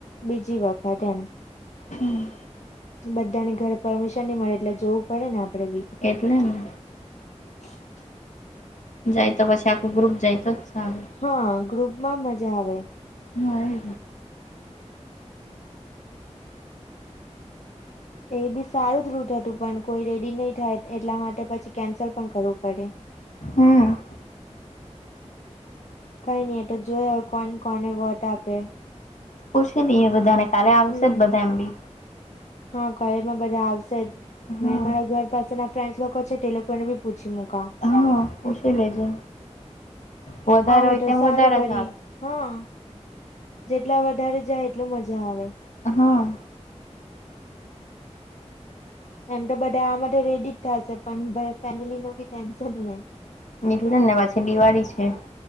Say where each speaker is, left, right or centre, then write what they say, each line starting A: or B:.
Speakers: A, on the left; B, on the left.
A: બીજી વખત એમ
B: હમ.
A: બધાની ઘરે પરમિશન ની મળે એટલે જોવું પડે ને આપડે બી
B: એટલેને
A: <inaudible>
B: જાયતો પછી આખુ ગ્રુપ જાયતો જ સારું.
A: હા ગ્રુપમાં મજા આવે.
B: ના
A: એ બી સારું જ રૂટ હતું પણ કોઈ રેડી નહી થાય એટલા માટે પછી કેન્સલ પણ કરવું પડે.
B: હા.
A: કઈ ની એ તો જોયે હવે કોન કોને વોટ આપે છે.
B: પૂછી લઈએ બધાને કાલે આવશે
A: હમ
B: જ બધા એમ બી
A: હા કોલેજમાં બધા આવશે જ
B: હા.
A: મે મારા ઘર પાસે ના ફ્રેન્ડસ લોકો છે તેટે લોકોને પૂછી મુકા
B: હા પૂછી લેજે વધારે
A: આવે
B: હોય
A: તો
B: તેમમ વધારે
A: વરી
B: સારું.
A: હા. જેટલા વધારે જાય એટલું મજા આવે.
B: હા.
A: એમ તો બધા આ માટે રેડી જ થાશે પણ ફેમિલી નું બી ટેન્શન ને
B: <unintelligible> છે દિવાળી છે.